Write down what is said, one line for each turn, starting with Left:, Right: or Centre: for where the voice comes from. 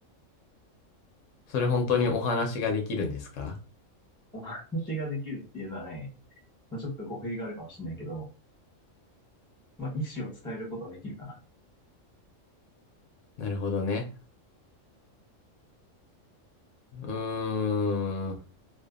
Left: それ本当にお話ができるんですか
Centre: お話ができるっていうのはね、まあ、ちょっと語弊があるかもしれないけど、まあ、意思を伝えることができるかな。
Left: なるほどね。うーん。